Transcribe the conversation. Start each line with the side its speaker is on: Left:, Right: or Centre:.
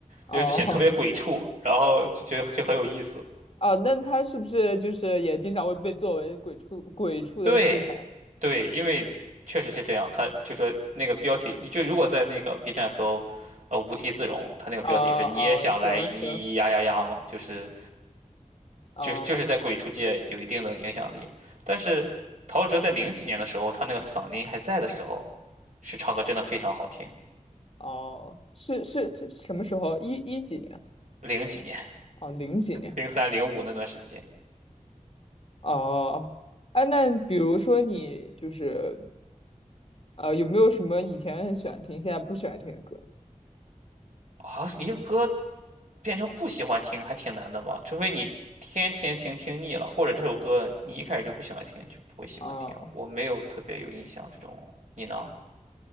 Left: 哦
Right: 然后就显得特别鬼畜，然后就觉得就很有意思。
Left: 哦，那他是不是就是也经常会被作为鬼畜鬼畜的素材？
Right: 对，对，因为确实是这样。他就说那个标题，你就如果在那个 B 站搜，呃，无地自容，他那个标题是“你也想来咿咿呀呀呀”嘛，
Left: 啊啊，行行，
Right: 就是
Left: 啊
Right: 就是就是在鬼畜界有一定的影响力。但是陶喆在零几年的时候，他那个嗓音还在的时候，是唱歌真的非常好听。
Left: 哦，是是这什么时候？一一几年？
Right: 零几年，
Left: 哦，零几年
Right: 零三零五那段时间
Left: 哦，哎，那比如说你就是呃，有没有什么以前很喜欢听，现在不喜欢听的歌？
Right: 啊，一个歌变成不喜欢听还挺难的吧？除非你天天听听腻了，或者这首歌你一开始就不喜欢听，就不会喜欢听。
Left: 啊？
Right: 我没有特别有印象这种，你呢？